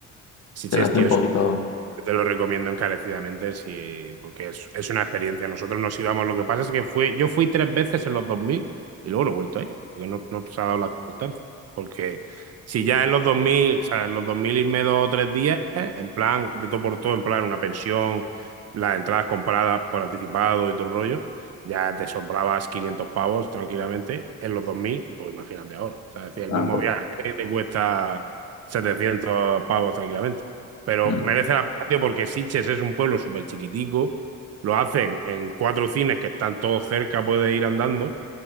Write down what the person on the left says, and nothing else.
Se le hacía
un poquito...
tramposo.
Pues